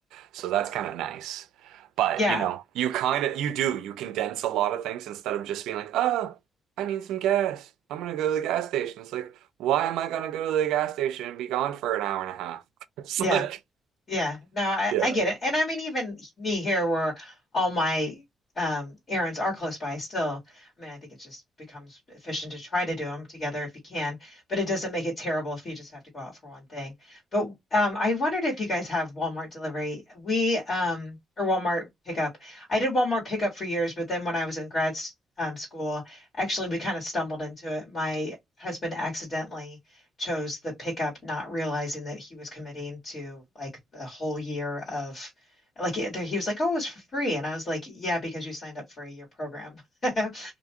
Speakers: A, on the right; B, on the left.
A: So that's kind of nice. But,
B: Yeah.
A: you know, you kind of, you do, you condense a lot of things instead of just being like, oh, I need some gas. I'm gonna go to the gas station. It's like, why am I gonna go to the gas station and be gone for an hour and a half? <laughs> It's
B: Yeah.
A: like,
B: Yeah, no, I,
A: yeah,
B: I get it. And I mean, even me here, where all my um, errands are close by still, I mean, I think it just becomes efficient to try to do them together if you can, but it doesn't make it terrible if you just have to go out for one thing. But um, I wondered if you guys have Walmart delivery. We, um, or Walmart pickup. I did Walmart pickup for years, but then when I was in grad s- um, school, actually, we kind of stumbled into it. My husband accidentally chose the pickup, not realizing that he was committing to like the whole year of like it, he was like, "Oh, it was for free," and I was like, "Yeah, because you signed up for a year program," <laughs> uh,